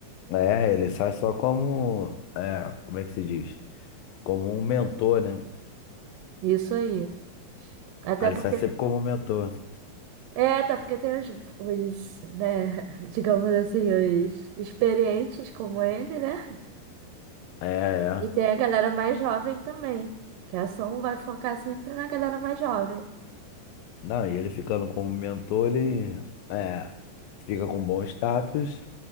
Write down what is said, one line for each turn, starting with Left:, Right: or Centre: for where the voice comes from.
Left: É, ele sai só como. É, como é que se diz? Como um mentor, né?
Right: Isso aí. Até
Left: Aí ele
Right: porque
Left: sai sempre como um mentor.
Right: é, até porque tem os, os, né, <laughs> digamos assim, os experientes como ele, né?
Left: É, é.
Right: E tem a galera mais jovem também, que a ação vai focar sempre na galera mais jovem.
Left: Não, e ele ficando como mentor, ele. É. Fica com bom status